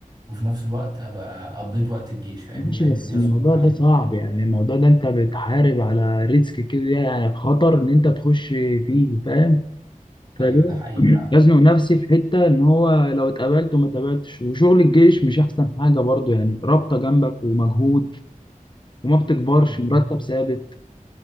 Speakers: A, on the right; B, on the left.
A: وفي نفس الوقت ابقى قضيت وقت الجيش فاهمني
B: ماشي
A: لان
B: بس
A: بيسقط
B: الموضوع
A: من عليك
B: ده صعب يعني الموضوع ده انت بتحارب على ريسك كده يعني خطر ان انت تخش فيه فاهم
A: ايوه
B: فليه
A: ده حقيقي
B: <clears throat> يزنق نفسي في حته ان هو لو اتقبلت وما اتقبلتش وشغل الجيش مش احسن حاجه برضه يعني رابطه جنبك ومجهود وما بتكبرش
A: فعلا
B: مرتب ثابت